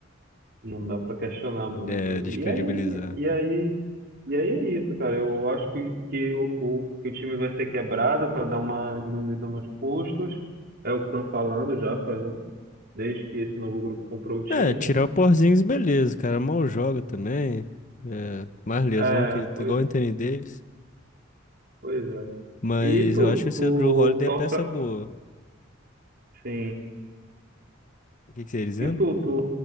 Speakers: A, on the right; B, on the left.
A: não dá pra questionar muito.
B: É, descredibilizar.
A: E aí, e aí, e aí é isso, cara. Eu acho que, que, o, o, que o time vai ser quebrado para dar uma diminuída nos custos. É o que estão falando já faz um, desde que esse novo grupo comprou o time.
B: É, tirar o Porzingis, beleza, cara. Mal joga também. É, mais lesão
A: É,
B: que
A: pois,
B: igual o Anthony Davis.
A: pois é.
B: Mas
A: E tu,
B: eu acho que esse
A: tu
B: Drew Holiday
A: torce
B: é peça
A: pra,
B: boa.
A: sim.
B: O que que você ia dizendo?
A: E tu, tu,